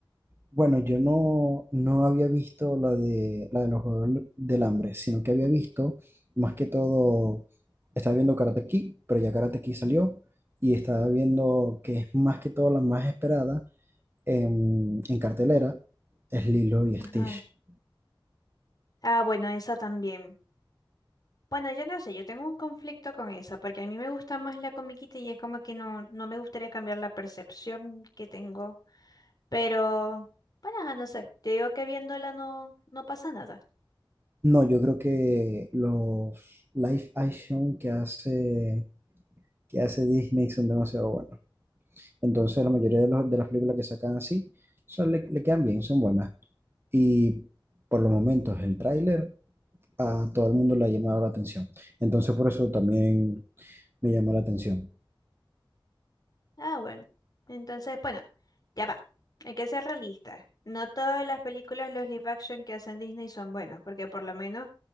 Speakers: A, on the right; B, on the left.
A: Bueno, yo no, no había visto la de, la de los Juegos del Hambre, sino que había visto más que todo, estaba viendo Karate Kid, pero ya Karate Kid salió, y estaba viendo que es más que todo la más esperada en, en cartelera, es Lilo y
B: Ajá.
A: Stitch.
B: Ah, bueno, esa también. Bueno, yo no sé, yo tengo un conflicto con esa porque a mí me gusta más la comiquita y es como que no, no me gustaría cambiar la percepción que tengo. Pero, bueno, ajá, no sé, te digo que viéndola no, no pasa nada.
A: No, yo creo que los live action que hace, que hace Disney son demasiado buenos. Entonces, la mayoría de, los, de las películas que sacan así son, le, le quedan bien, son buenas. Y por los momentos, el tráiler a todo el mundo le ha llamado la atención. Entonces, por eso también me llamó la atención.
B: Ah, bueno. Entonces, bueno, ya va. Hay que ser realistas. No todas las películas, los live action que hacen Disney son buenos, porque por lo menos